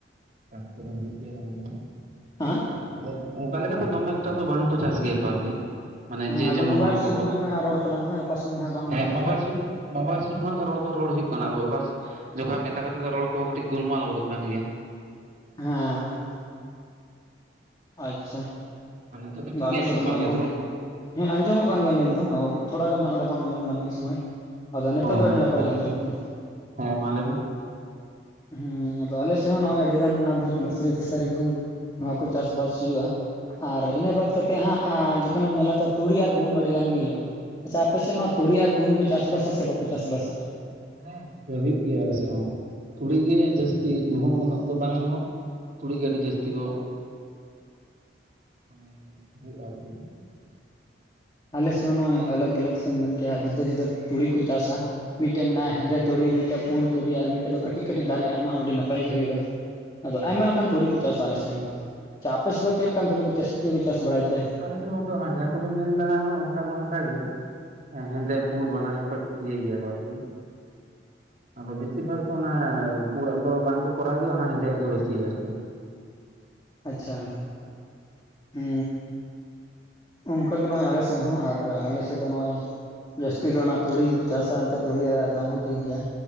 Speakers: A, on the right (about 45°); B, on the left (about 20°).
A: ᱪᱟᱥ ᱠᱚᱫᱚ ᱦᱩᱭᱩᱜ ᱜᱮᱭᱟ ᱵᱟᱝ ᱫᱚ ᱵᱟᱝ
B: ᱦᱮᱸ
A: ᱟᱫᱚ ᱚᱱᱠᱟ ᱞᱮᱠᱟᱛᱮ ᱫᱚᱢᱮ ᱮᱠᱴᱟ ᱫᱚ ᱵᱟᱝ ᱠᱚ ᱪᱟᱥ ᱜᱮᱭᱟ ᱠᱚ ᱟᱨᱠᱤ ᱢᱟᱱᱮ
B: ᱦᱮᱸ
A: ᱡᱮ
B: ᱟᱫᱚ
A: ᱡᱮᱢᱚᱱ
B: ᱢᱳᱵᱟᱭᱤᱞ
A: ᱦᱚᱲ ᱠᱚᱠᱚ
B: ᱥᱩᱨ ᱧᱚᱜ ᱠᱷᱚᱱ ᱦᱟᱸᱜ ᱨᱚᱲ ᱛᱟᱞᱟᱝ
A: <inaudible>
B: ᱢᱮ ᱚᱠᱟ ᱥᱚᱢᱚᱭ ᱦᱟᱸᱜ ᱵᱟᱝ
A: ᱦᱮᱸ
B: ᱟᱸᱡᱚᱢᱚᱜ
A: ᱢᱟᱭᱤᱞ
B: ᱠᱟᱱ
A: ᱢᱚᱸᱵᱟᱭᱤᱞ ᱥᱩᱨ ᱠᱷᱚᱱᱟᱜ ᱜᱮ ᱨᱚᱲ ᱫᱚ ᱨᱚᱲ ᱦᱩᱭᱩᱜ ᱠᱟᱱᱟ ᱟᱫᱚ ᱚᱠᱟ ᱡᱚᱠᱷᱟᱱ ᱢᱤᱫ ᱫᱷᱟᱣ ᱠᱟᱛᱮᱫ ᱨᱚᱲ ᱠᱚ ᱠᱟᱸᱴᱤᱡ ᱜᱳᱞᱢᱟᱞ ᱜᱚᱫᱚᱜ ᱠᱟᱱ ᱜᱮᱭᱟ
B: ᱦᱮᱸᱼᱼ ᱟᱪᱪᱷᱟ
A: ᱟᱨ ᱱᱤᱛᱚᱜ ᱫᱚ
B: ᱟᱫᱚ
A: ᱴᱷᱤᱠ
B: ᱟᱞᱮ
A: ᱜᱮ ᱟᱸᱡᱚᱢᱚᱜ
B: ᱥᱮᱫ ᱫᱚ
A: ᱠᱟᱱ
B: ᱱᱚᱜᱼᱚᱭ
A: ᱜᱮᱭᱟ
B: ᱵᱷᱩᱴ
A: ᱛᱚ ᱵᱟᱝ
B: ᱦᱮᱸ ᱟᱸᱡᱚᱢᱚᱜ ᱠᱟᱱ ᱜᱮᱭᱟ ᱱᱤᱛ ᱫᱚ ᱛᱷᱚᱲᱟ ᱜᱟᱱ ᱦᱟᱜ ᱚᱸᱰᱮ ᱵᱟᱝ ᱟᱸᱡᱚᱢ ᱞᱮᱱᱟ ᱢᱤᱫ ᱥᱚᱢᱚᱭ ᱟᱫᱚ ᱱᱤᱛᱚᱜ
A: ᱚ
B: ᱫᱚ ᱟᱹᱰᱤ
A: ᱟᱪᱪᱷᱟ
B: ᱱᱟᱯᱟᱭ ᱜᱮ ᱟᱸᱡᱚᱢᱚᱜ ᱠᱟᱱᱟ
A: ᱦᱮᱸ ᱢᱟ ᱞᱟᱹᱭ ᱵᱤᱱ
B: ᱦᱮᱸ ᱟᱫᱚ ᱟᱞᱮᱥᱮᱫ ᱦᱚᱸ ᱱᱚᱜ ᱚᱭ ᱟᱹᱰᱤ ᱜᱟᱱ ᱵᱩᱦᱩᱛ ᱢᱟᱥᱨᱤ ᱠᱮᱥᱟᱨᱤ ᱜᱩᱦᱩᱢ ᱱᱚᱣᱟ ᱠᱚ ᱪᱟᱥ ᱵᱟᱥ ᱦᱩᱭᱩᱜᱼᱟ ᱟᱨ ᱤᱱᱟᱹ ᱵᱟᱫᱽ ᱠᱟᱛᱮᱫ ᱦᱟᱸᱜ ᱡᱚᱠᱷᱚᱱᱮᱢ ᱧᱮᱞᱟ ᱛᱚ ᱛᱩᱲᱤ ᱟᱨ ᱜᱩᱦᱩᱢ ᱟᱹᱰᱤ ᱜᱟᱱ ᱜᱮ ᱦᱩᱭᱩᱜᱼᱟ ᱟᱪᱪᱷᱟ ᱟᱯᱮ ᱥᱮᱫ ᱱᱚᱣᱟ ᱛᱩᱲᱤ ᱟᱨ ᱜᱩᱦᱩᱢ ᱠᱚ ᱪᱟᱥᱟᱵᱟᱥ ᱟᱥᱮ ᱵᱟᱠᱚ ᱪᱟᱥᱵᱟᱥᱟ
A: ᱦᱮᱸ ᱦᱩᱭᱩᱜ ᱜᱮᱭᱟ ᱟᱞᱮ ᱥᱮᱫ ᱦᱚᱸ ᱛᱩᱲᱤ ᱜᱮ ᱡᱟᱹᱥᱛᱤ ᱜᱩᱦᱩᱢ ᱩᱱᱟᱹᱜ ᱫᱚ ᱵᱟᱝ ᱨᱮᱦᱚᱸ ᱛᱩᱲᱤ ᱜᱮ ᱟᱹᱰᱤ ᱡᱟᱹᱥᱛᱤ ᱠᱚ ᱢᱟᱱᱮ ᱦᱩᱭᱩᱜᱼᱟ ᱟᱨᱠᱤ <unintelligible>
B: ᱟᱞᱮᱥᱮᱫ ᱦᱚᱸ ᱱᱚᱜᱼᱚᱭ ᱟᱞᱟᱜᱽ ᱟᱞᱟᱜᱽ ᱥᱮᱢ ᱢᱮᱱ ᱠᱮᱭᱟ ᱡᱩᱫᱟᱹ ᱡᱩᱫᱟᱹ ᱛᱩᱲᱤ ᱠᱚ ᱪᱟᱥᱟ ᱢᱤᱫᱴᱮᱱ ᱢᱮᱱᱟᱜᱼᱟ ᱦᱮᱸᱫᱮ ᱛᱩᱲᱤ ᱢᱤᱫᱴᱟᱝ ᱯᱩᱸᱰ ᱛᱩᱲᱤ ᱟᱨ ᱢᱤᱫᱴᱮᱡ ᱫᱚ ᱠᱟᱹᱴᱤᱡ ᱠᱟᱹᱴᱤᱡ ᱫᱟᱨᱮᱜᱼᱟ ᱚᱱᱟᱦᱚ ᱟᱹᱰᱤ ᱱᱟᱯᱟᱭ ᱜᱮ ᱦᱩᱭᱩᱜᱼᱟ ᱟᱫᱚ
A: ᱚ
B: ᱟᱭᱢᱟ ᱞᱮᱠᱟᱱ ᱛᱩᱲᱤ ᱠᱚ ᱪᱟᱥ ᱟᱮᱥᱮᱫ ᱦᱚᱸ ᱟᱯᱮᱥᱮᱫ ᱫᱚ ᱪᱮᱫ ᱞᱮᱠᱟᱱ ᱛᱩᱲᱤ ᱠᱚ ᱡᱟᱹᱥᱛᱤ ᱛᱮᱠᱚ ᱪᱟᱥ ᱵᱟᱲᱟᱭ ᱛᱮ
A: ᱟᱞᱪᱮᱫ ᱜᱚᱝᱠᱮ ᱚᱱᱟ ᱡᱟᱦᱟᱸ ᱠᱚᱵᱮᱱ ᱢᱮᱱ ᱮᱫᱟ ᱚᱱᱠᱟ ᱫᱚ ᱚᱱᱠᱟ ᱜᱮ ᱦᱮᱸ ᱦᱮᱸᱫᱮ ᱯᱩᱲ ᱵᱟᱱᱟᱨ ᱜᱮᱠᱚ ᱤᱭᱟᱹᱭ ᱜᱮᱭᱟ ᱠᱚ ᱟᱨᱠᱤ ᱟᱫᱚ ᱵᱮᱥᱤᱨ ᱵᱷᱟᱜ ᱫᱚ ᱚᱱᱟ ᱯᱩᱲᱟᱜ ᱫᱚ ᱵᱟᱝᱠᱚ ᱠᱚᱨᱟᱣ ᱜᱮᱭᱟ ᱚᱱᱟ ᱦᱮᱸᱫᱮᱭᱟᱜ ᱜᱮ ᱵᱮᱥᱤ ᱟᱨᱠᱤ
B: ᱟᱪᱪᱷᱟ ᱦᱮ ᱚᱱᱠᱟᱜᱮ ᱱᱚᱜᱚᱭ ᱟᱞᱮ ᱥᱮᱫ ᱦᱚᱸ ᱟᱨ ᱟᱞᱮ ᱥᱮᱫ ᱫᱚ ᱱᱚᱜᱼᱚᱭ ᱡᱟᱹᱥᱛᱤ ᱫᱚ ᱚᱱᱟ ᱛᱩᱲᱤ ᱜᱮᱠᱚ ᱪᱟᱥᱟ ᱮᱱᱛᱮᱫ ᱛᱩᱲᱤ ᱨᱮᱭᱟᱜ ᱫᱟᱢ ᱦᱚᱸ ᱴᱷᱤᱠ ᱜᱮᱭᱟ